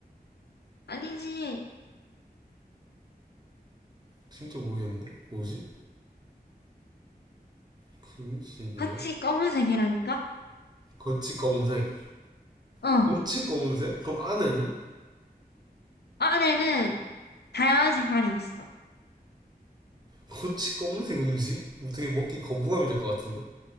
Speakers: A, on the left; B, on the right.
A: 아니지.
B: 진짜 모르겠는데? 뭐지? 분식이요?
A: 같이 검은색이라니까?
B: 거치 검은색.
A: 어.
B: 거치 검은색? 그럼 안에는?
A: 안에는 다양한 색깔이 있어.
B: 거치 검은색 음식? 되게 먹기 거부감이 들 것 같은데?